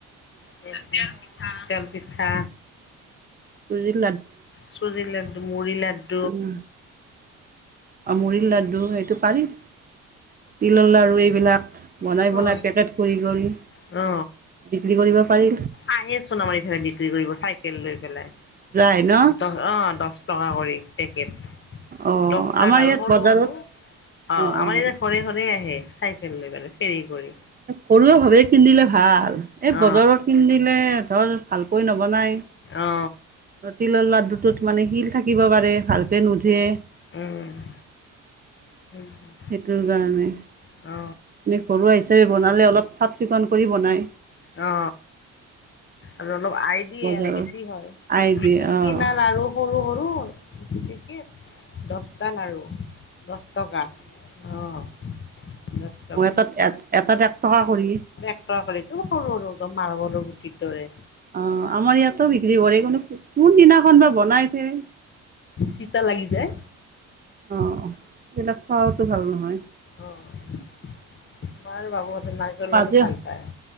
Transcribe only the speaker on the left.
তেল দিয়া পিঠা তেল পিঠা
চুজিলাডু মুড়িলাডু
হয়।
অ
আহেছোন আমাৰ এফালে বিক্ৰী কৰিব চাইকেল লৈ পেলাই
দহ অ দছ টকা কৰি পেকেট
দছটা
লাৰু
সৰু
সৰু অ
আমাৰ
ইয়াত ঘৰে ঘৰে আহে চাইকেল লৈ পেলাই কেৰি কৰি
অ
অ
উম হয় হয়
অ
অ আৰু অলপ আই দিয়ে
আৰু বেছি হয়
আ
কিনাৰ আৰু সৰু সৰু পেকেট দহটা লাৰু আৰু দহ টকা অঁ
একদম সৰু সৰু একদম মাৰবলৰ গুটিৰ দৰে
তিতা লাগি যায়
অ আমাৰ বাবুহঁতে নাৰিকল
লাৰু ভাল পায়।